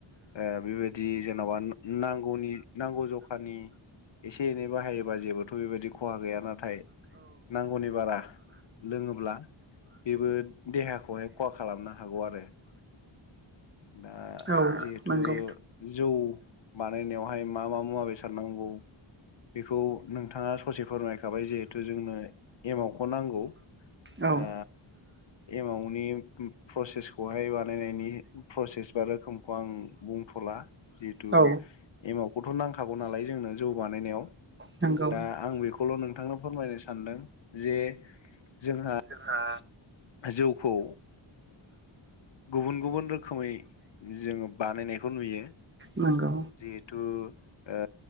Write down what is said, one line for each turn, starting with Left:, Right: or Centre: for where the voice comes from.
Left: ओ बेबायदि जों नावान ना-नांगौनि। नांगौ जखानि एसे-एनै बाहायोबा जेबोथ' बेबायदि खहा गैया नाथाय नांगौनि बारा लोङोब्ला बेबो देहा हये खहा खालामनो हागौ आरो। दा
Right: औ
Left: जिहेथु।
Right: नंगौ
Left: जौ बानायनायावहाय मा-मा मुवा बेसाद नांगौ। बेखौ नोंथाङा ससे फोरमायखाबाय जिहेथु जोंनो एमावखौ नांगौ।
Right: औ।
Left: दा एमावनि प्रसेसखौहाय बानायनायनि प्रसेस बा रोखोमखौ आं बुंथ'ला जि न्थु
Right: औ
Left: एमावखौथ' नांखागौ नालाय जोंनो जौ बानायनायाव।
Right: नंगौ
Left: दा आं बेखौल' नोंथांनो फोरमायनो सानदों जे जोंहा
Right: जोंहा
Left: जौखौ ओ गुबुन गुबुन रोखोमै जोङो बानायनायखौ नुयो।
Right: नोंगौ।
Left: जिहेथु ओ